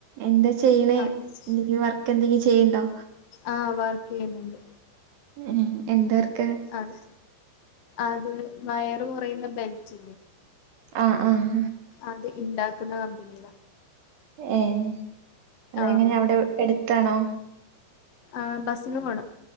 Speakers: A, on the right; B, on the left.
A: എന്താ ചെയ്യ്ണേ?
B: ആഹ്
A: എന്തെങ്കിലും വർക്ക് എന്തെങ്കിലും ചെയ്യ്ണ്ടോ?
B: ആഹ് വർക്ക് ചെയ്യുന്നുണ്ട്
A: ഏഹ് എന്ത് വർക്കാ?
B: ആഹ് അത് വയറ് കൊറയുന്ന ബെൽറ്റ്
A: ആഹ് ആഹ്
B: അത് ഇണ്ടാക്കുന്ന കമ്പനി
A: ഏഹ് അത്
B: ആഹ്
A: എങ്ങനെ അവിടെ എടുത്താണോ?
B: ആഹ് ബസ്സിന് പോണം